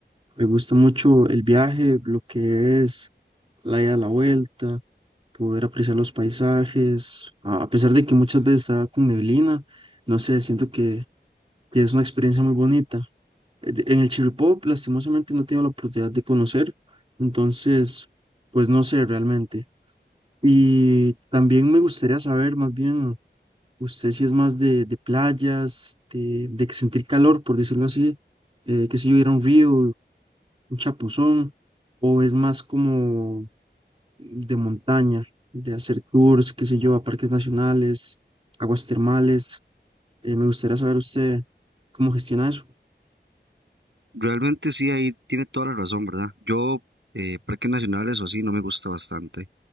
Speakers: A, on the right; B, on the right.
A: Me gusta mucho el viaje, lo que es la ida a la vuelta poder apreciar los paisajes, a a pesar de que muchas veces está con neblina, no sé, siento que, que es una experiencia muy bonita. Eh, de- En el Chirripó, lastimosamente, no tengo la oportunidad de conocer, entonces, pues no sé realmente. Y también me gustaría saber, más bien, usted si es más de, de playas, de, de que sentir calor, por decirlo así, eh, que si hubiera un río, un chapuzón, o es más como de montaña, de hacer tours, qué sé yo, a parques nacionales, aguas termales. Eh, me gustaría saber usted cómo gestiona eso.
B: Realmente sí, ahí tiene toda la razón, ¿verdad? Yo, eh, parques nacionales o así, no me gusta bastante.